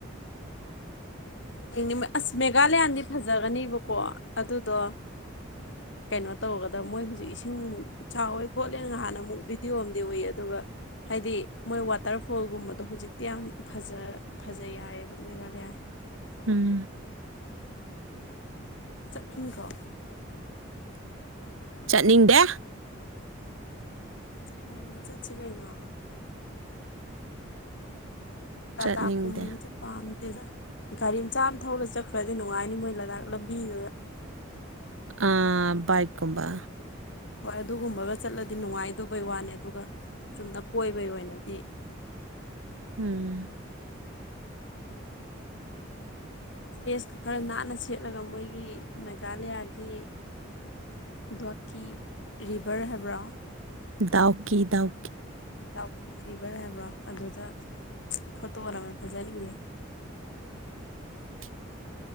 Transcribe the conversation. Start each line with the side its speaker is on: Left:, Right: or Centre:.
Left: ꯌꯦꯡꯅꯤꯡꯕ ꯑꯁ ꯃꯦꯒꯥꯥꯂꯌꯥꯗꯤ ꯐꯖꯒꯅꯦꯕꯀꯣ ꯑꯗꯨꯗꯣ
Right: <inaudible>
Left: ꯀꯩꯅꯣ ꯇꯧꯔꯒꯗꯕ ꯃꯣꯏ ꯍꯧꯖꯤꯛ ꯏꯁꯤꯡ ꯆꯥꯎꯋꯦ ꯈꯣꯠꯂꯦꯅ ꯉꯍꯥꯟ ꯑꯃꯨꯛ ꯚꯤꯗꯤꯑꯣ ꯑꯝ ꯎꯏ ꯑꯗꯨꯒ ꯍꯥꯏꯗꯤ ꯃꯣꯏ ꯋꯥꯇꯔꯐꯣꯜꯒꯨꯝꯕꯗꯣ ꯍꯧꯖꯤꯛꯇꯤ ꯌꯥꯝ ꯐꯖ ꯐꯖꯩ ꯍꯥꯌꯦꯕ ꯃꯦꯒꯥꯂꯌꯥ
Right: ꯎꯝ
Left: ꯆꯠꯅꯤꯡꯗ꯭ꯔꯣ
Right: ꯆꯠꯅꯤꯡꯗꯦ
Left: ꯆꯠꯅꯤꯡꯉꯤ ꯆꯠꯁꯤ ꯀꯩꯅꯣ ꯂꯗꯥꯒ
Right: ꯆꯠꯅꯤꯡꯗꯦ
Left: ꯀꯨꯝꯕꯅꯗꯤ ꯄꯥꯝꯃꯤ ꯈꯪꯗꯦꯗ ꯒꯥꯔꯤ ꯃꯆꯥ ꯑꯃ ꯊꯧꯔ ꯆꯠꯈ꯭ꯔꯗꯤ ꯅꯨꯡꯉꯥꯏꯅꯤ ꯃꯣꯏ ꯂꯗꯥꯛ ꯂꯝꯕꯤꯗꯨꯗ
Right: ꯑꯥ ꯕꯥꯏꯛ ꯀꯨꯝꯕ
Left: ꯍꯣꯏ ꯑꯗꯨꯒꯨꯝꯕꯒ ꯆꯠꯂꯗꯤ ꯅꯨꯡꯉꯥꯏꯗꯧꯕꯩ ꯋꯥꯅꯤ ꯑꯗꯨꯒ ꯆꯨꯝꯅ ꯀꯣꯏꯕꯒꯤ ꯑꯣꯏꯅꯗꯤ
Right: ꯎꯝ
Left: ꯗ꯭ꯔꯦꯁꯀ ꯈꯔ ꯅꯥꯟꯅ ꯁꯦꯠꯂꯒ ꯃꯣꯏꯒꯤ ꯃꯦꯘꯥꯂꯌꯥꯒꯤ ꯒꯣꯋꯇꯤ ꯔꯤꯕꯔ ꯍꯥꯏꯕ꯭ꯔꯣ
Right: ꯗꯥꯎꯀꯤ ꯗꯥꯎ
Left: ꯇꯧ ꯔꯤꯕꯔ ꯍꯥꯏꯕ꯭ꯔꯣ ꯑꯗꯨꯗ ꯐꯣꯇꯣꯒ ꯅꯝꯃꯗꯤ ꯐꯖꯅꯤꯌꯦ
Right: <inaudible>